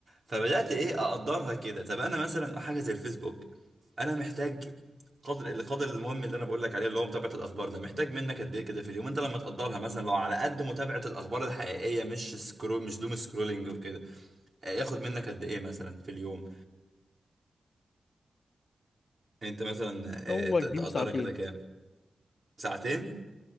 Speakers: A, on the right; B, on the left.
A: فبدات ايه اقدرها كده طب انا مثلا حاجه زي الفيسبوك انا محتاج قدر القدر المهم اللي انا بقول لك عليه اللي هو متابعه الاخبار ده محتاج منك قد ايه كده في اليوم انت لما تقدرها مثلا لو على قد متابعه الاخبار الحقيقيه مش سكرو مش دوم سكرولينج وكده آه، ياخد منك قد ايه مثلا في اليوم انت مثلا
B: هو
A: آه، ت-
B: كبير
A: تقدرها
B: ساعتين
A: كده كام ساعتين